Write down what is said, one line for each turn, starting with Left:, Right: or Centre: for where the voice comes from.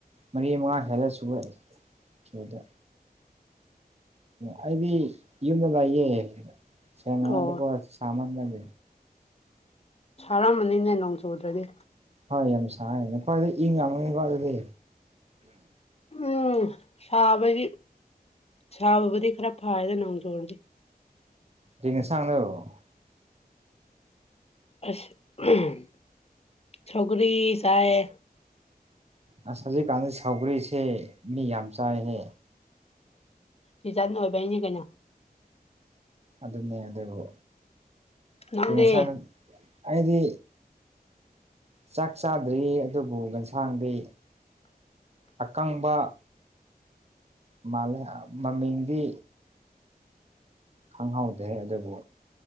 Right: ꯃꯔꯤ ꯃꯉꯥ ꯍꯦꯜꯂ ꯁꯨꯔꯦ ꯁꯨꯗ ꯍꯥꯏꯗꯤ ꯌꯃꯦꯕꯏꯌꯦ ꯆꯦꯃꯦꯗ
Left: ꯑꯣ
Right: ꯁꯥꯃꯅ ꯂ
Left: ꯁꯥꯔꯝꯃꯅꯤꯅꯦ ꯅꯣꯡ ꯆꯨꯗ꯭ꯔꯗꯤ
Right: ꯍꯣꯏ ꯌꯥꯝ ꯁꯥꯏꯌꯦ ꯅꯈꯣꯏ ꯏꯪ ꯌꯥꯝꯒꯅꯤꯀꯣ ꯑꯗꯨꯗꯤ
Left: ꯎꯝ ꯁꯥꯕꯗꯤ ꯁꯥꯕꯕꯨꯗꯤ ꯈꯔ ꯐꯔꯦꯗ ꯅꯣꯡꯖꯨꯨꯔꯗꯤ
Right: <unintelligible>
Left: ꯑꯁ <unintelligible> ꯁꯧꯒ꯭ꯔꯤ ꯆꯥꯏꯌꯦ
Right: ꯑꯁ ꯍꯖꯤꯛ ꯀꯥꯟꯁꯦ ꯁꯥꯎꯈꯒ꯭ꯔꯤꯁꯦ ꯃꯤ ꯌꯥꯝ ꯆꯥꯏꯍꯦ
Left: ꯁꯤꯖꯟ ꯑꯣꯏꯕꯩꯅꯦ ꯀꯩꯅꯣ
Right: ꯑꯗꯨꯅꯦ ꯑꯗꯨꯕꯨ
Left: ꯅꯪꯗꯤ
Right: ꯀꯩꯁꯥꯡ ꯑꯩꯗꯤ ꯆꯥꯛ ꯆꯥꯗ꯭ꯔꯤ ꯑꯗꯨꯕꯨ ꯑꯦꯟꯁꯥꯡꯗꯤ ꯑꯀꯪꯕ ꯃꯥꯂꯦ ꯃꯃꯤꯡꯗꯤ ꯈꯪꯍꯧꯗꯦ ꯑꯗꯨꯕꯨ